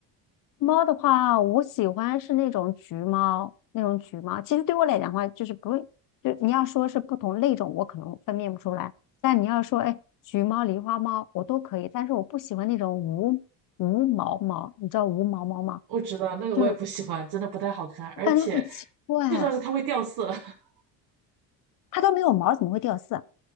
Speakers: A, on the left (about 55°); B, on the right (about 65°).
A: 猫的话，我喜欢是那种橘猫，那种橘猫。其实对我来讲的话，就是不会，就你要说是不同类种，我可能分辨不出来。但你要说，哎，橘猫、狸花猫，我都可以。但是我不喜欢那种无无毛猫，你知道无毛猫吗？
B: 我知道那个我也不喜欢，
A: 就是
B: 真的不太好看，而且
A: 感觉好奇怪啊，
B: 最重要是它会掉色。<laughs>
A: 它都没有毛，怎么会掉色